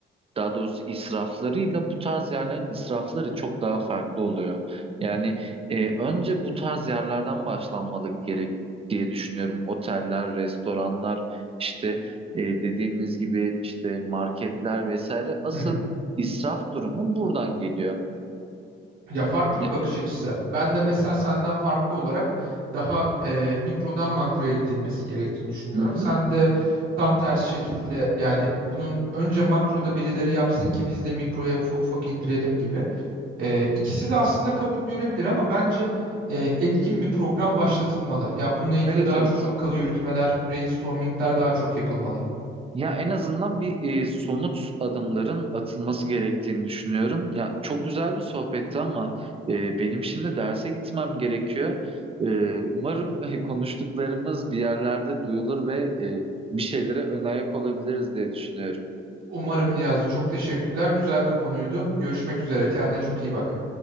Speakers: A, on the right; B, on the right.
A: daha doğrusu israflarıyla bu tarz yerlerin israfları çok daha farklı oluyor. Yani e, önce bu tarz yerlerden başlanmalı gerek diye düşünüyorum. Oteller, restoranlar, işte e, dediğimiz gibi işte marketler vesaire asıl
B: <laughs>
A: israf durumu buradan geliyor.
B: Ya farklı bir
A: E,
B: bakış açısı. Ben de mesela senden farklı olarak daha e, mikrodan makroya gidilmesi gerektiğini düşünüyorum.
A: Hı hı.
B: Sen de tam tersi şekilde yani bunun önce makroda birileri yapsın ki biz de mikroya ufak ufak indirelim gibi. E, ikisi de aslında kabul görebilir ama bence e, etkin bir program başlatılmalı. Ya bununla ilgili
A: Evet
B: daha
A: evet.
B: çok akıl yürütmeler, brainstormingler daha çok yapılmalı.
A: Ya en azından bir e, somut adımların atılması gerektiğini düşünüyorum. Ya çok güzel bir sohbetti ama e, benim şimdi derse gitmem gerekiyor. E, umarım <laughs> konuştuklarımız bir yerlerde duyulur ve e, bir şeylere ön ayak olabiliriz diye düşünüyorum.
B: Umarım Niyazi çok teşekkürler. Güzel bir konuydu. Görüşmek üzere. Kendine çok iyi bak.